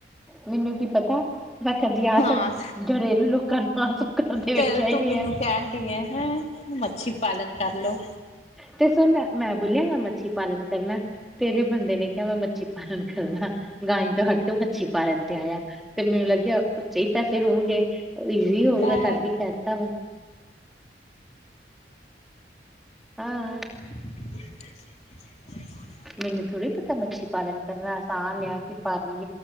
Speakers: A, in the centre; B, on the left.
A: ਮੈਨੂੰ ਕੀ ਪਤਾ ਮੈਂ ਕਦੀ ਆਹ
B: ਹਾਂ
A: ਸਭ ਘਰੇਲੂ ਲੋਕਾਂ ਨੂੰ ਆਹ ਸਬ ਕਰਦੇ ਵੇਖਿਆ
B: ਤੇ
A: ਹੀ
B: ਤੂੰ
A: ਨਹੀਂ
B: ਮੈਨੂੰ
A: ਆ
B: ਕਹਿਣ ਡਏ ਹੈ, ਮੱਛੀ ਪਾਲਣ ਕਰ ਲੋ
A: ਤੇ ਸਰ ਮੈਂ ਮੈਂ ਬੋਲਿਆ ਮੈਂ ਮੱਛੀ ਪਾਲਣ ਕਰਨਾ ਤੇਰੇ ਬੰਦੇ ਨੇ ਕਿਹਾ, ਮੈਂ ਮੱਛੀ ਪਾਲਣ ਕਰਨਾ ਗਾਯ ਤੋਂ ਹਟ ਕੇ ਮੱਛੀ ਪਾਲਣ ਤੇ ਆਇਆ ਤੇ ਮੈਨੂੰ ਲੱਗਿਆ ਉੱਚੇ ਹੀ ਪੈਸੇ ਹੋਊਗੇ ਈਜ਼ੀ ਹੋਊਗਾ
B: ਪਰ
A: ਤਾਂਦੀ ਹੀ ਕਹਿ ਦਿੱਤਾ ਵਾ ਹਾਂ
B: <unintelligible>
A: ਮੈਨੂੰ ਥੋੜੀ ਪਤਾ ਮੱਛੀ ਪਾਲਣ ਕਰਨਾ ਅਸਾਨ ਐ ਕਿ ਪਾਰਲੀ